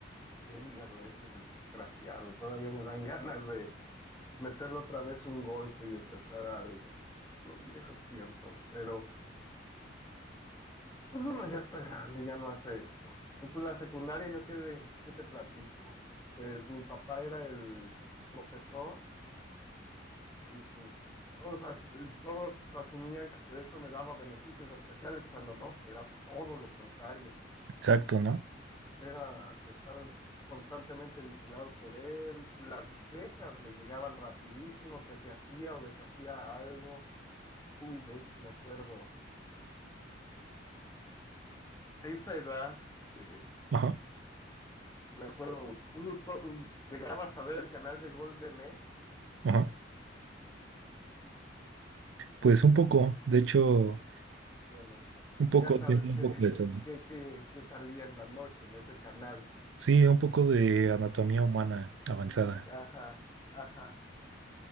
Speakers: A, on the left; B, on the right.
A: de hígado ese desgraciado. Todavía me dan ganas de meterle otra vez un golpe y empezar algo. Por los viejos tiempos, pero... Pues uno ya está grande, ya no hace eso. Y pues la secundaria, yo qué, qué te platico. Pues mi papá era el profesor y pues todos, as- todos asumían que eso me daba beneficios especiales cuando no, era todo lo contrario.
B: exacto, ¿no?
A: Era estar constantemente vigilado por él, las quejas le llegaban rapidísimo, que se hacía o deshacía algo. Uy, de hecho me acuerdo, a esa edad... eh,
B: Ajá,
A: Me acuerdo, tú to- llegabas a ver el canal de Golden Edge.
B: ajá. Pues un poco, de hecho,
A: Bueno,
B: un
A: ya
B: poco,
A: sabes
B: tiene un
A: que,
B: poco de todo.
A: que, que- que salía en la noche en ese canal.
B: Sí, un poco de anatomía humana avanzada.
A: Ajá, ajá.